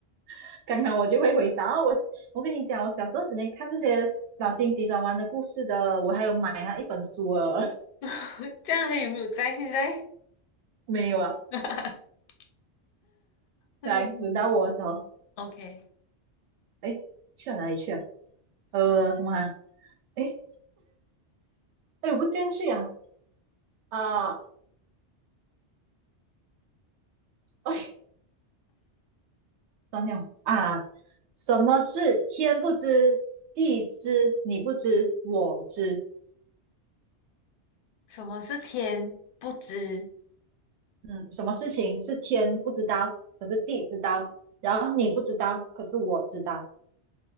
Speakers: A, on the right; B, on the left.
A: <laughs> 刚好我就会回答。哦我我跟你讲，我小时候只能看这些脑筋急转弯的故事的，我还有买他一本书啊，
B: <laughs> 这样还有没有在现在？
A: <laughs> 没有啊。
B: <laughs> 哎呦
A: 来，轮到我的时候，
B: ，OK，
A: 哎，去了哪里去了？呃，什么啊？哎哎，我不进去啊啊！哦，张鸟啊，什么是天不知地知，你不知我知。
B: 什么是天不知
A: 嗯，什么事情是天不知道，可是地知道，然后你不知道，可是我知道。